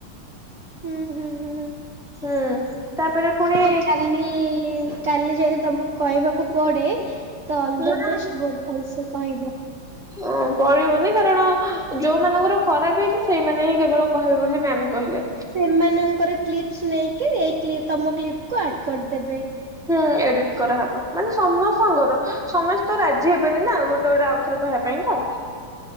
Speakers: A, on the right (about 70°); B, in the centre.
A: ହୁଁ ହୁଁ ହୁଁ ହୁଁ।
B: ହୁଁ। ତାପରେ ପୁଣି
A: ହଉ କାଲି କାଲି ଯଦି ତମକୁ କହିବାକୁ ପଡ଼େ। ଅଲ
B: ନା
A: ଦ ବେଷ୍ଟ ବହୁ ଭଲସେ କହିବ।
B: ଅ ପଡିବନି କାରଣ ଯୋଉ ମାନଙ୍କର ଖରାପ ହେଇଛି ସେଇମାନେ ହିଁ କେବଳ କହିବେ ବୋଲି ମ୍ୟାମ୍ କହିଲେ।
A: ସେମାନଙ୍କର କ୍ଲିପସ୍ ନେଇକି ଏଇ କ୍ଲିପ ତମ କ୍ଲିପ କୁ ଆଡ୍ କରିଦେବେ।
B: ହୁଁ ଏଡ଼ିଟ୍ କରାହେବ ମାନେ ସମସ୍ତଙ୍କର ସମସ୍ତେ ରାଜି ହେବନି ନା ଗୋଟେ ଗୋଟେ ଆଉଥରେ କହିବା ପାଇଁ। ଭୟଙ୍କା